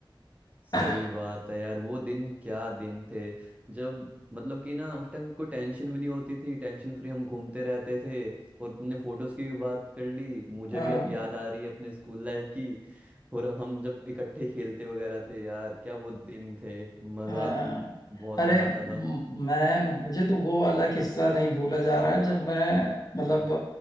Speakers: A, on the right; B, on the left.
A: सही
B: <clears throat>
A: बात है यार वो दिन क्या दिन थे जब मतलब कि ना उस टाइम कोई टेंशन भी नहीं होती थी टेंशन फ्री हम घूमते रहते थे और तुमने फोटोज की भी बात कर ली मुझे
B: हाँ
A: भी अब याद आ रही है अपने स्कूल लाइफ की और हम जब इकट्ठे खेलते वगैरह थे यार क्या वो दिन थे मजा
B: हाँ।
A: बहुत
B: अरे
A: मजा आता था
B: म- मैं मुझे तो वो वाला किस्सा नहीं भूला जा रहा है जब मैं मतलब
A: हम्म